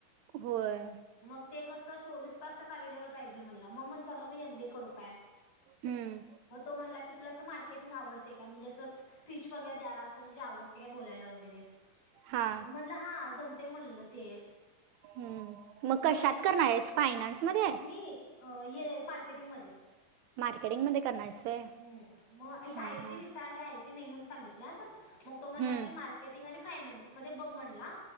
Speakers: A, on the right; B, on the left.
A: होय
B: मग ते कस चोवीस तास त्यात अवलबले पाहिजे म्हणला मग विचारलो एमबीए करू काय
A: हम्म
B: मग तो म्हणला की तुला असं मार्केटिंग आवडते काय? म्हणजे अस स्पीच वगैरे द्यायला असं म्हणजे आवडते काय बोलायला वगैरे
A: हा
B: म्हटलं हां जम तय म्हणल ते.
A: हम्म मग
B: म्हणला
A: कशात
B: की
A: करणार आहेस फायनान्स मध्ये?
B: मी ये मार्केटिंग मध्ये
A: मार्केटिंग मध्ये करणार आहेस होय
B: हम्म मग इथं
A: हा
B: आयटी
A: हा
B: विचारले आयटी नाही म्हणून सांगीतल्यात मग तो म्हणला
A: हम्म
B: की मार्केटिंग आणि फायनान्स मध्ये बघ म्हणला.